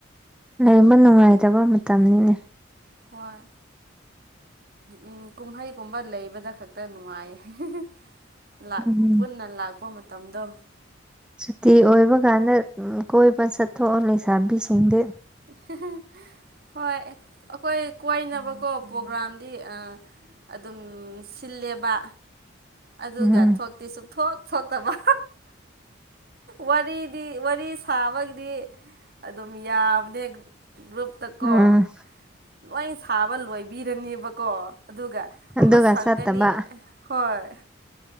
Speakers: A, in the centre; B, on the right (about 50°).
A: ꯂꯩꯕ ꯅꯨꯡꯉꯥꯏꯇꯕ ꯃꯇꯝꯅꯤꯅꯦ
B: ꯍꯣꯏ ꯎꯝ ꯀꯨꯝꯍꯩꯒꯨꯝꯕ ꯂꯩꯕꯗ ꯈꯛꯇ ꯅꯨꯡꯉꯥꯏꯌꯦ
A: ꯎꯝ
B: ꯄꯨꯟꯅ ꯂꯥꯛꯄ ꯃꯇꯝꯗꯣ
A: ꯁꯨꯇ ꯑꯣꯏꯕ ꯀꯥꯟꯗ ꯀꯣꯏ ꯆꯠꯊꯣꯛꯑꯣ ꯂꯩꯁꯥꯕꯤꯁꯤꯡꯗꯤ
B: <unintelligible> ꯍꯣꯏ ꯑꯩꯈꯣꯏ ꯀꯣꯏꯅꯕꯀꯣ ꯄ꯭ꯔꯣꯒ꯭ꯔꯥꯝꯗꯤ ꯑꯗꯨꯝ ꯁꯤꯜꯂꯦꯕ ꯑꯗꯨꯒ
A: ꯎꯝ
B: ꯊꯣꯛꯇꯤ ꯁꯨꯡ ꯊꯣꯛꯇꯕ ꯋꯥꯔꯤꯗꯤ ꯋꯥꯔꯤ ꯁꯥꯕꯒꯤꯗꯤ ꯑꯗꯨꯝ ꯌꯥꯝꯕꯅꯦ ꯒ꯭ꯔꯨꯞꯇꯀꯣ
A: ꯎꯝ
B: ꯂꯣꯏ ꯁꯥꯕ ꯂꯣꯏꯕꯤꯔꯅꯦꯕꯀꯣ ꯑꯗꯨꯒ ꯑꯃ
A: ꯑꯗꯨꯒ
B: ꯁꯪꯒꯅꯤ
A: ꯆꯠꯇꯕ
B: ꯍꯣꯏ